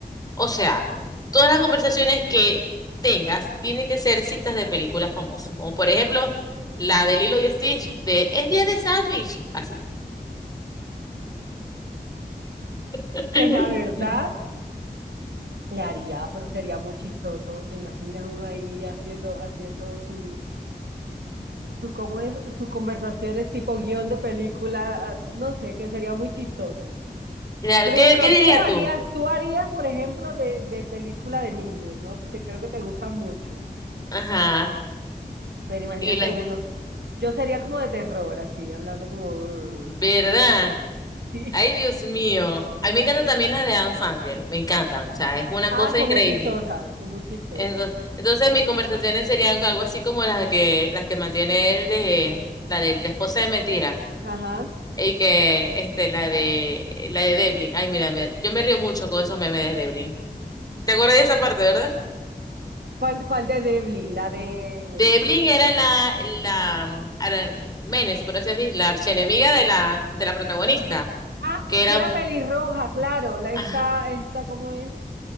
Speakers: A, on the left (about 20°); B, on the right (about 80°).
A: O sea, todas las conversaciones que tengas tienen que ser citas de películas famosas, como por ejemplo la de Lilo y Stitch de Es día de sándwich, así. <laughs>
B: Pues la verdad, le haría, pero sería muy chistoso. ¿Te imaginas uno ahí haciendo, haciendo su, su, cómo es, su conversación es tipo guión de película, no sé, que sería muy chistoso.
A: Claro,
B: Por
A: ¿Qué,
B: ejemplo,
A: qué dirías
B: tú harías,
A: tú?
B: tú harías, por ejemplo, de, de película de niños, ¿no? Porque creo que te gustan mucho.
A: Ajá.
B: Pero imagínate
A: Y la
B: uno, yo sería como de terror, así, hablando como, <laughs> "Brr",
A: verdad,
B: sí.
A: ay Dios mío, a mí me encantan también las de Anne Sandler, me encantan, o sea, es una
B: Ah,
A: cosa
B: son
A: increíble.
B: muy chistosas, son muy chistosas.
A: Entonces, entonces mis conversaciones serían algo así como las que las que mantiene él de la de la esposa de Mentira
B: Ajá.
A: y que este la de la de Devlin. Ay, mira, me- yo me río mucho con esos memes de Devlin. ¿Te acuerdas de esa parte, verdad?
B: ¿Cuál, cuál de Devlin? La de... mm,
A: Devlin era la la mm, ara- Menes, si por así decir, la archienemiga de la de la protagonista,
B: Ah,
A: que eran
B: que era pelirroja, claro. La esta,
A: ajá,
B: esta, ¿cómo es?